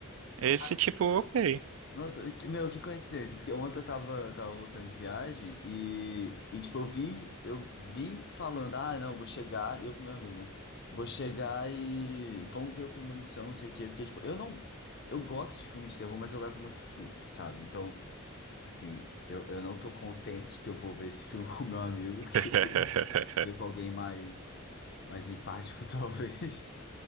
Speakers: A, on the right (about 65°); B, on the left (about 50°).
A: esse
B: Ah,
A: tipo, ok.
B: Nossa, que- meu, que coincidência, porque ontem eu tava, tava voltando de viagem e, e tipo, eu vim, eu vim falando, ah, não, vou chegar, eu com meu amigo, né? Vou chegar e vamos ver o Premonição, não sei o quê, porque, tipo, eu não, eu gosto de filme de terror, mas eu levo muito susto, sabe? Então, Assim, eu, eu não tô contente que eu vou ver esse filme <laughs> com meu amigo, que
A: <laughs>
B: ver com alguém mais, mais empático, <laughs> talvez.